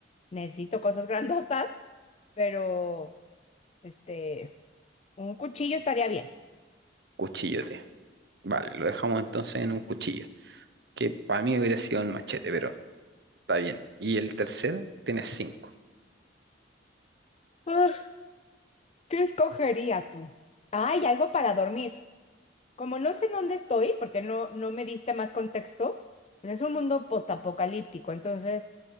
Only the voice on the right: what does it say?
cuchillote. Vale, lo dejamos entonces en un cuchillo, que para mí hubiera sido un machete, pero está bien. Y el tercero tiene cinco.